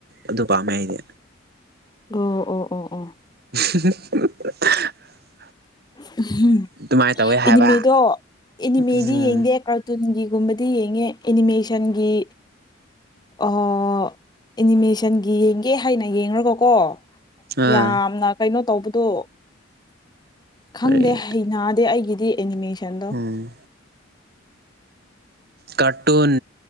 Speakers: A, on the right; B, on the left.
A: ꯑꯗꯨ ꯄꯥꯝꯃꯦ ꯑꯩꯗꯤ꯫
B: ꯗꯣ ꯑꯣ ꯑꯣ ꯑꯣ
A: <unintelligible>
B: <unintelligible>
A: ꯑꯗꯨꯃꯥꯏꯅ ꯇꯧꯋꯦ
B: ꯑꯦꯅꯤꯃꯦꯗꯣ
A: ꯍꯥꯏꯕ
B: ꯑꯦꯅꯤꯃꯦꯗꯤ
A: ꯎꯝ
B: ꯌꯦꯡꯗꯦ ꯀꯥꯔꯇꯨꯟꯒꯤ ꯒꯨꯝꯕꯗꯤ ꯌꯦꯡꯉꯦ ꯑꯦꯅꯤꯃꯦꯁꯟꯒꯤ ꯍꯣ ꯑꯦꯅꯤꯃꯦꯁꯟꯒꯤ ꯌꯦꯡꯒꯦ ꯍꯥꯏꯅ ꯌꯦꯡꯔꯒꯀꯣ
A: ꯑꯥ
B: ꯌꯥꯝꯅ ꯀꯩꯅꯣ ꯇꯧꯕꯗꯣ
A: ꯀꯔꯤ
B: ꯈꯪꯗꯦ ꯍꯩꯅꯗꯦ ꯑꯩꯒꯤꯗꯤ ꯑꯦꯅꯤꯃꯦꯁꯟꯗꯣ
A: ꯎꯝ ꯀꯥꯔꯇꯨꯟ